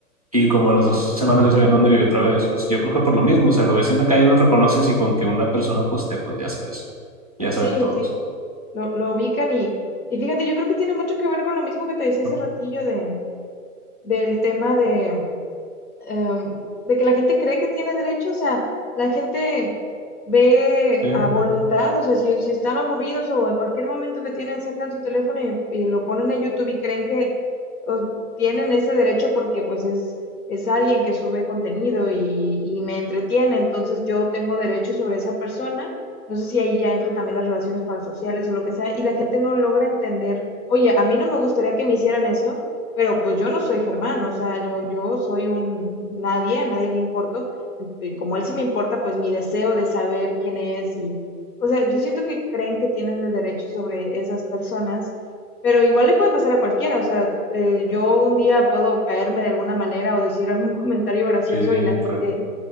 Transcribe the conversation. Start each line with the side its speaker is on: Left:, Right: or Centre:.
Right: y como a las dos semanas ya sabía dónde vivía otra vez. Pues, yo creo que por lo mismo,
Left: Ah,
Right: o sea, lo ves en la calle, lo reconoces y con que una persona poste, pues ya sabes, ya saben
Left: sí,
Right: todos.
Left: sí, lo, lo ubican y, y fíjate, yo creo que tiene mucho que ver con lo mismo que te decía hace
Right: Ujú.
Left: ratillo de, del tema de, em, de que la gente cree que tiene derecho, o sea, la gente ve
Right: Sí,
Left: a voluntad, o sea, si, si están aburridos o en cualquier momento que tienen, sacan su teléfono y, y lo ponen en YouTube y creen que o, tienen ese derecho porque pues es, es alguien que sube contenido y, y me entretiene, entonces yo tengo derecho sobre esa persona. No sé si ahí ya entra también las relaciones parasociales o lo que sea, y la gente no logra entender, oye, a mí no me gustaría que me hicieran eso, pero pues yo no soy Germán, o sea, yo, yo soy un nadie, a nadie le importo. Y como él sí me importa, pues mi deseo de saber quién es y, o sea, yo siento que creen que tienen el derecho sobre esas personas, pero igual le pueden pasar a cualquiera, o sea, eh, yo un día puedo caerme de alguna manera o decir algún <laughs> comentario gracioso
Right: sí,
Left: y la gente